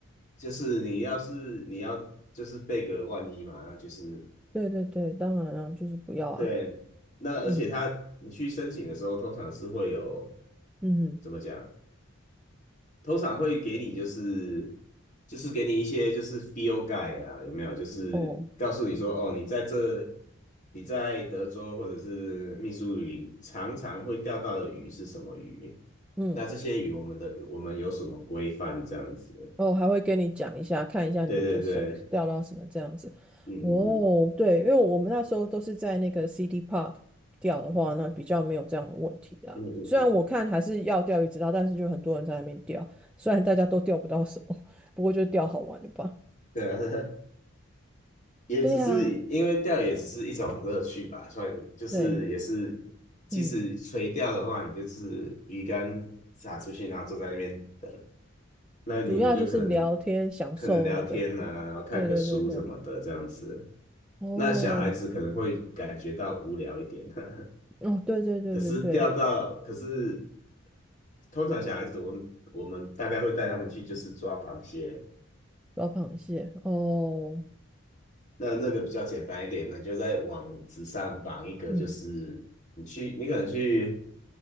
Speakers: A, on the left; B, in the centre.
A: 就是你要是你要就是备个万一嘛，那就是
B: 对对对，当然啊，就是不要啊，
A: 对。那而且他你去申请的时候，
B: 嗯
A: 通常是会有
B: 嗯哼，
A: 怎么讲？通常会给你就是就是给你一些就是 feel guide 啊，有没有？就是告诉你说，
B: 哦，
A: 哦，你在这你在德州或者是密苏里常常会钓到的鱼是什么鱼？
B: 嗯。
A: 那这些鱼我们的我们有什么规范这样子？
B: 哦，还会跟你讲一下，看一下你的手掉到什么这样子。
A: 对对对，嗯嗯
B: 哦，对，因为我们那时候都是在那个 City Park 钓的话，那比较没有这样的问题啦。
A: 嗯嗯嗯嗯，
B: 虽然我看还是要钓鱼执照，但是就很多人在那边钓，虽然大家都钓不到什么，不过就钓好玩的吧。
A: 对啊，<laughs> 也只是因为钓也只是一种乐趣吧，
B: 对啊，
A: 所以就是也是，
B: 对，
A: 其实垂钓的话，
B: 嗯，
A: 你就是鱼竿撒出去，然后坐在那边等，那你们就可能
B: 主要就是聊天，享受那个，
A: 可能聊天啊，然后看个书什么的这样子。
B: 对对对对，哦，
A: 那小孩子可能会感觉到无聊一点，<laughs>
B: 哦，对对对对对，
A: 可是钓到，可是通常小孩子我们我们大概会带他们去就是抓螃蟹，
B: 老螃蟹，哦，
A: 那那个比较简单一点呢，就在网址上绑一个，
B: 嗯
A: 就是你去，你可能去